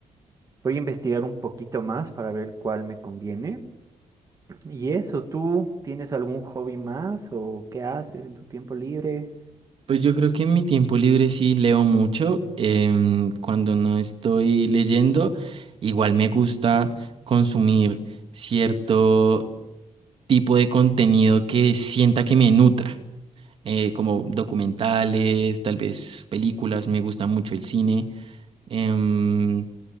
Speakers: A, on the right; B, on the right.
A: voy a investigar un poquito más para ver cuál me conviene. Y eso, ¿tú tienes algún hobby más o qué haces en tu tiempo libre?
B: Pues yo creo que en mi tiempo libre sí leo mucho. em, cuando no estoy leyendo, igual me gusta consumir cierto tipo de contenido que sienta que me nutra, eh, como documentales, tal vez películas, me gusta mucho el cine, em,